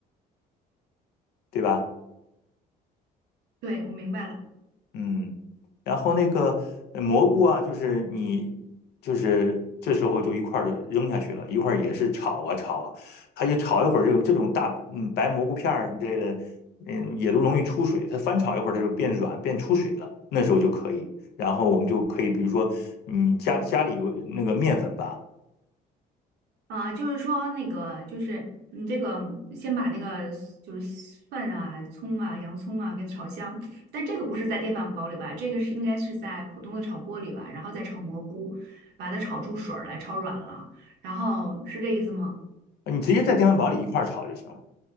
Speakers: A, on the left (about 70°); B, on the right (about 80°).
A: 对吧？
B: 对，我明白了。
A: 嗯，然后那个呃蘑菇啊，就是你就是这时候就一块儿就扔下去了，一会儿也是炒啊炒啊，它就炒一会儿这种这种大嗯白蘑菇片儿之类的，嗯也都容易出水，它翻炒一会儿它就变软变出水了，那时候就可以，然后我们就可以比如说你家家里有那个面粉吧，
B: 啊，就是说那个，就是你这个先把那个就是蒜啊、葱啊、洋葱啊给炒香，但这个不是在电饭煲里吧？这个是应该是在普通的炒锅里吧？然后再炒蘑菇，把它炒出水儿来，炒软了，然后是这意思吗？
A: 你直接在电饭煲里一块儿炒就行了，